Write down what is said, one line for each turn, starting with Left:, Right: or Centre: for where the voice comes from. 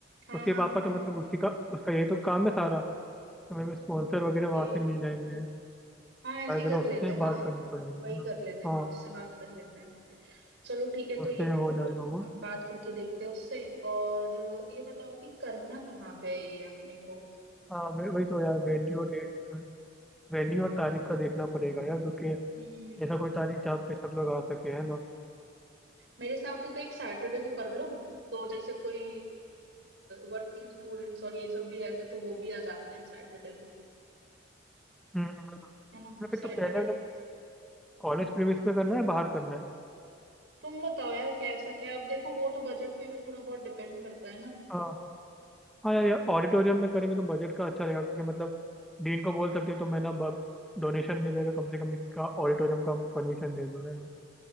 Right: हाँ
Centre: उसके
Right: हाँ
Centre: पापा
Right: हाँ हाँ
Centre: तो मतलब
Right: हाँ।
Centre: उसी का उसका यही तो काम है सारा तो हमें स्पॉन्सर
Right: ओके
Centre: वगैरह वहां से मिल जाएंगे
Right: हाँ ऐसे
Centre: शायद
Right: ही
Centre: है
Right: कर
Centre: ना उससे
Right: लेते हैं ना
Centre: बात करनी पड़ेगी
Right: वही
Centre: है ना
Right: कर लेते हैं
Centre: हाँ
Right: हाँ उससे बात कर लेते हैं चलो ठीक है तो
Centre: उससे
Right: ये तो
Centre: हो जाएगा
Right: चलो
Centre: वो
Right: अपन बात करके देखते हैं उससे और ये बताओ कि करना कहाँ पे है ये अपने को
Centre: हाँ वे- वही तो यार वेन्यू और डेट वेन्यू और तारीख का देखना पड़ेगा यार क्योंकि
Right: हम्म
Centre: ऐसा कोई तारीख जहाँ पे सब लोग आ सके है ना
Right: मेरे हिसाब से तो एक सैटरडे को कर लो तो जैसे कोई वर्किंग स्टूडेंट्स और ये सब भी रहते हैं तो वो भी आ जाते हैं सैटरडे तो
Centre: हम्म मतलब
Right: है ना
Centre: एक
Right: सैटरडे
Centre: तो पहले मतलब कॉलेज प्रीमिस पे करना है बाहर करना है
Right: तुम बताओ यार कैसा क्या अब देखो वो तो बजट पे भी थोड़ा बहुत डिपेंड करता है ना
Centre: हाँ हाँ यार, यार ऑडिटोरियम में करेंगे तो बजट का अच्छा रहेगा क्योंकि मतलब डीन को बोल सकते हो तो मैं ना डोनेशन दे देगा कम से कम इसका ऑडिटोरियम का हमको परमिशन दे दो है ना